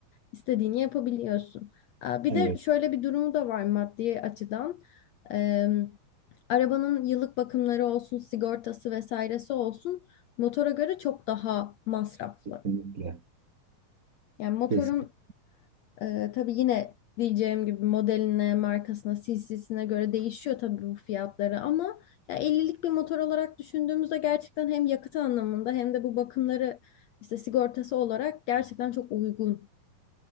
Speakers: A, on the left (about 80°); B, on the right (about 40°).
A: istediğini yapabiliyorsun. Ee, Bir
B: Evet,
A: de şöyle bir durumu da var maddi açıdan. Ee, arabanın yıllık bakımları olsun, sigortası vesairesi olsun motora göre çok daha masraflı.
B: kesinlikle.
A: Yani motorun
B: Kesinlikle.
A: ee, tabii yine diyeceğim gibi modeline, markasına, cc'sine göre değişiyor tabii bu fiyatları ama ya 50'lik bir motor olarak düşündüğümüzde gerçekten hem yakıt anlamında hem de bu bakımları işte sigortası olarak gerçekten çok uygun.